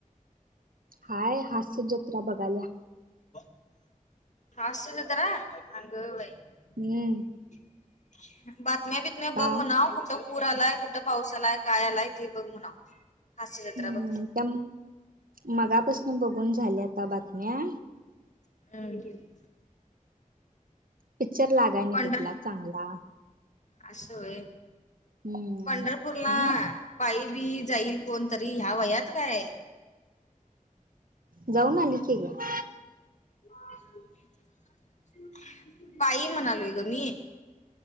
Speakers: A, on the right; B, on the left.
A: हाय हास्य जत्रा बघाल्या.
B: <inaudible> हास्य जत्रा अगं बाई.
A: मी हाय की.
B: <inaudible> बातम्या बीतम्या
A: का
B: बघ म्हनाव कुट पूर आलाय, कुठं पाऊस आलाय. काय आलाय ते बघ म्हणाव. हास्य जत्रा
A: हम्म,
B: बघते
A: त्या मगापासून बघून झाल्या आता बातम्या.
B: हम्म.
A: पिक्चर लागाय नाही
B: पंढर
A: कुठला चांगला.
B: असं होय.
A: हम्म
B: पंढरपूरला
A: मग
B: पाय बीई जाईल कोण तरी ह्या वयात काय?
A: जाऊन आली की गं.
B: <inaudible> पायी म्हणालोय गं मी.